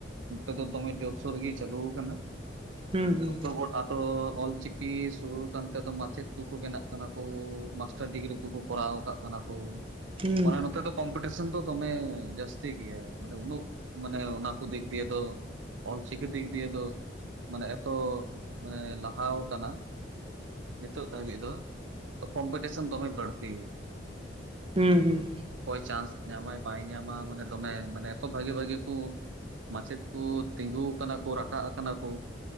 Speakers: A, on the right; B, on the right.
A: ᱱᱤᱛᱚᱜ ᱫᱚ ᱫᱚᱢᱮ ᱡᱳᱨᱼᱥᱳᱨ ᱜᱮ ᱪᱟᱹᱞᱩ ᱠᱟᱱᱟ,
B: ᱦᱩᱸ ᱦᱩᱸ
A: ᱡᱷᱚᱛᱚ ᱦᱚᱲ ᱟᱫᱚ ᱚᱞᱪᱤᱠᱤ ᱥᱩᱨᱩ ᱠᱟᱱᱛᱮᱫᱚ ᱢᱟᱪᱮᱫ ᱠᱚᱠᱚ ᱵᱮᱱᱟᱜ ᱠᱟᱱᱟ ᱠᱩ ᱢᱟᱥᱴᱟᱨ ᱰᱤᱜᱨᱤ ᱠᱚᱠᱚ ᱠᱚᱨᱟᱣ ᱠᱟᱜ ᱠᱟᱱᱟ ᱠᱩ᱾
B: ᱦᱩᱸ
A: ᱢᱟᱱᱮ ᱱᱚᱛᱮ ᱫᱚ ᱠᱚᱢᱯᱤᱴᱤᱥᱚᱱ ᱫᱚ ᱫᱚᱢᱮᱸ ᱡᱟ. ᱥᱛᱤ ᱜᱮᱭᱟ, ᱢᱟᱱᱮ ᱩᱱᱟ. ᱜ ᱢᱟᱱᱮ ᱚᱱᱟ ᱠᱚ ᱫᱤᱠ ᱫᱤᱭᱮ ᱫᱚ ᱚᱞᱪᱤᱠᱤ ᱫᱤᱠ ᱫᱤᱭᱮ ᱫᱚ ᱢᱟᱱᱮ ᱮᱛᱚ ᱢᱟᱱᱮ ᱞᱟᱦᱟᱣ ᱠᱟᱱᱟ ᱱᱤᱛᱳᱜ ᱫᱷᱟᱹᱵᱤᱡ ᱫᱚ ᱛᱚ ᱠᱚᱢᱯᱤᱴᱤᱥᱮᱱ ᱫᱚᱢᱮ ᱵᱟᱹᱲᱛᱤ
B: ᱦᱩᱸ ᱦᱩᱸ᱾
A: ᱚᱠᱚᱭ ᱪᱟᱱᱥ ᱧᱟᱢᱟᱭ ᱵᱟᱭ ᱧᱟᱢᱟ ᱢᱟᱱᱮ ᱫᱚᱢᱮ ᱢᱟᱱᱮ ᱮᱛᱚ ᱵᱷᱟ. ᱜᱤ ᱵᱷᱟ. ᱜᱤ ᱠᱩ ᱢᱟᱪᱮᱫ ᱠᱩ ᱛᱤᱸᱜᱩ ᱠᱟᱱᱟ ᱠᱚ ᱨᱟᱠᱟᱵ ᱠᱟᱱᱟ ᱠᱚ